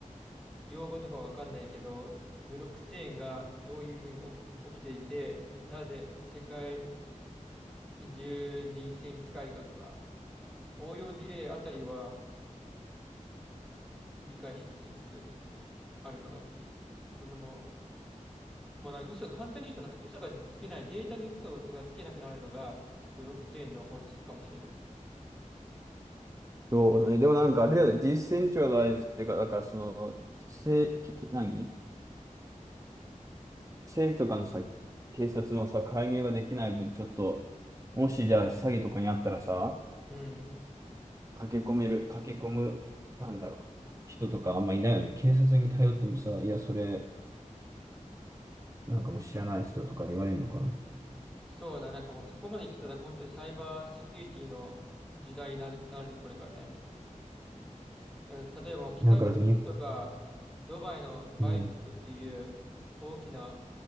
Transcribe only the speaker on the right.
そうだね。でもなんかあれだよね、ディセントラライズっていうか、だからその、せ、き、き何政府とかのさ、警察のさ、介入ができない分、ちょっと、もしじゃあ詐欺とかにあったらさ、
駆け込める、駆け込む、なんだろう、人とかあんまいないよね。警察に頼ってもさ、いや、それ、なんかもう知らないっすよとか言われるのかな。
なんかだってに、う
ん、